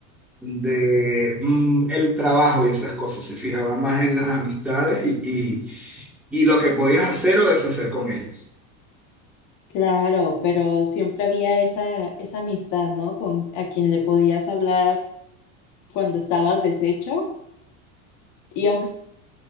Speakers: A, in the centre; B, on the left.
A: de mm, el trabajo y esas cosas, se fijaba más en las amistades y, y, y lo que podías hacer o deshacer con ellos.
B: Claro, pero siempre había esa, esa amistad, ¿no? Con a quien le podías hablar cuando estabas deshecho y aunque